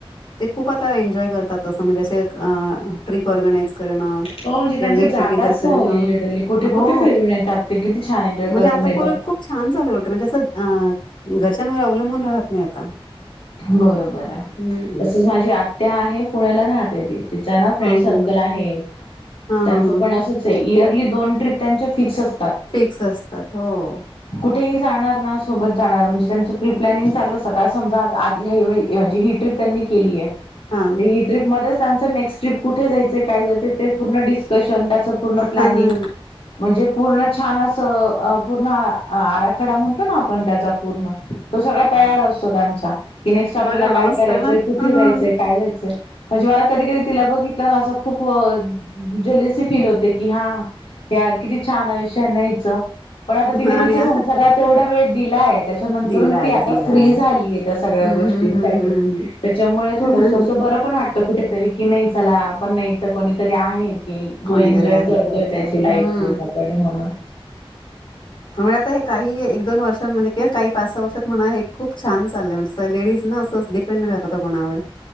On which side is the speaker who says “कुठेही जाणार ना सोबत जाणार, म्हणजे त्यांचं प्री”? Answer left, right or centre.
Left